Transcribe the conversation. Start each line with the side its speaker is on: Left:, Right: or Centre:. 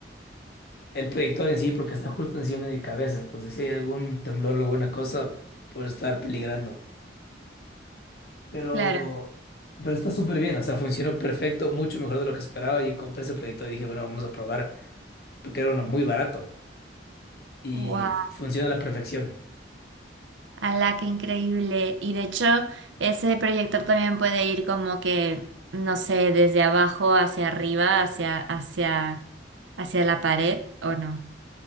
Left: el proyector en sí porque está justo encima de mi cabeza, entonces si hay algún temblor o alguna cosa, puede estar peligrando. Pero,
Right: Claro.
Left: pero está súper bien, o sea, funcionó perfecto, mucho mejor de lo que esperaba. y compré ese proyecto y dije, bueno, vamos a probar, porque era uno muy barato y
Right: ¡Wow!
Left: fu- funciona a la perfección.
Right: ¡Hala, qué increíble! Y de hecho, ese proyector también puede ir como que, no sé, desde abajo hacia arriba, hacia, hacia, hacia la pared, ¿o no?